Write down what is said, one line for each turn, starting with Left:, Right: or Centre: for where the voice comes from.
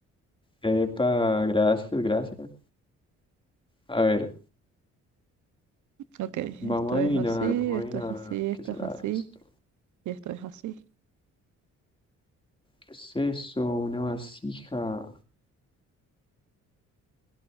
Left: Epa, gracias, gracias. A ver,
Right: Ok,
Left: vamos
Right: esto
Left: a
Right: es
Left: adivinar,
Right: así,
Left: vamos
Right: esto
Left: a adivinar.
Right: es así, esto
Left: ¿Qué será
Right: es así
Left: esto?
Right: y esto es así.
Left: ¿Qué es eso? Una vasija.